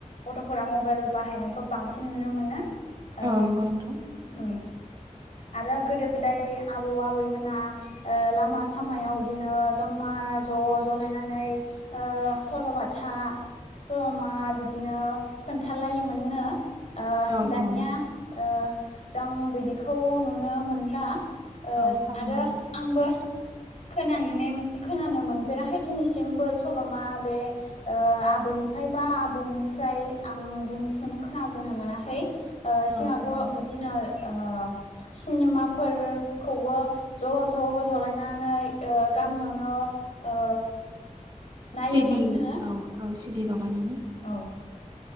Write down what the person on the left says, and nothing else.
गथ'फोरा मबाइल बाहायनायखौ बांसिन नुनो मोनो। ओ
ओम आरो गोदो गोदाय आबौ आबैमोना ओ लामा सामायाव बिदिनो ज'मा ज' जलायनानै ओ सल'बाथा समल'मा बिदिनो खोन्थालायोमोननो ओ
दानिया
ओ जों बिदिखौ नुनो मोनला ओ
आरो आंबो खोनानानै खोनानो मोनफेराखै दिनैसिमबो सल'मा बे ओ आब बैनिफ्राय बा आबौनिफ्राय आं दिनैसिम खोनाबोनो मोनाखै ओ
सिङावथ'
बिदिनो ओ सिनेमाफोर खौबो ज' ज' जलायनानै ओ गामियावनो ओ नायोमोननो
औ ओ